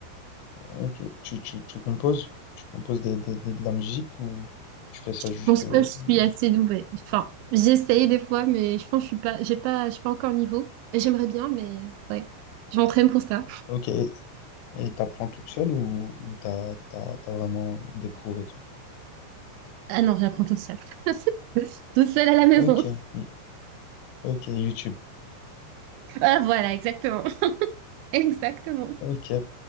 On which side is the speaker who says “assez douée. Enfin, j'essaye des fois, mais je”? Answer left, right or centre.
Right